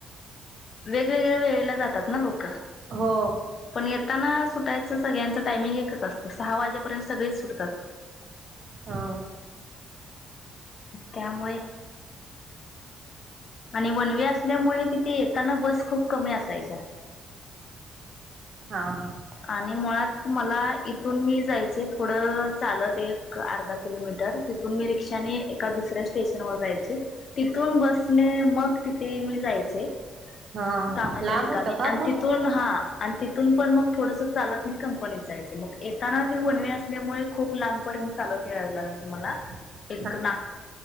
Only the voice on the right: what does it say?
हो
हा
हा हा
हा
लांब
होतं का
खूप
<inaudible>